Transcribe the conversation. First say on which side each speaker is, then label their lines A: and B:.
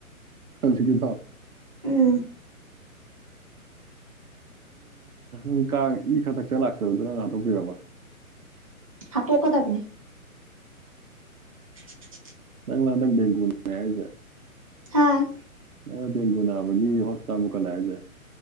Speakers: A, on the right (about 75°); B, on the right (about 25°).
A: ꯍꯧꯖꯤꯛꯀꯤꯗꯣ
B: ꯎꯝ
A: ꯃꯤ ꯀꯥꯡ ꯏ ꯈꯔ ꯊꯛꯆꯥ ꯂꯥꯛꯆꯕꯗꯨ ꯅꯪꯅ ꯉꯥꯛꯊꯣꯛꯄꯤꯔꯕ
B: ꯍꯥꯥꯠꯇꯣꯛꯀꯗꯕꯅꯦ <inaudible>
A: ꯅꯪꯂ ꯍꯟꯗꯛ ꯕꯦꯡꯒꯣꯂꯤꯅꯤ ꯍꯥꯏꯖꯦ
B: ꯍꯥꯥ
A: ꯅꯪ ꯗꯦꯡꯒꯨ ꯅꯥꯕꯒꯤ ꯍꯣꯁꯄꯤꯇꯥꯜ ꯄꯨꯈꯠꯂꯦ ꯍꯥꯏꯁꯦ